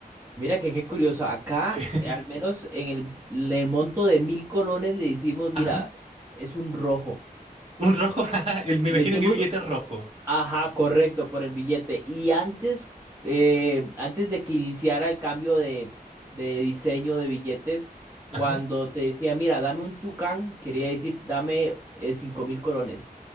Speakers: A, on the right; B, on the right.
A: Mira que qué curioso. Acá,
B: Sí. <laughs>
A: eh, al menos en el, le- el monto de mil colones, le decimos, mira,
B: Ajá.
A: es un rojo.
B: Un rojo, <laughs> ajá. El- me
A: Le
B: imagino
A: decimos,
B: que el billete es rojo.
A: ajá, correcto, por el billete. Y antes, eh, antes de que iniciara el cambio de, de diseño de billetes,
B: Ajá.
A: cuando te decía, mira, dame un tucán, quería decir, dame eh, cinco mil colones.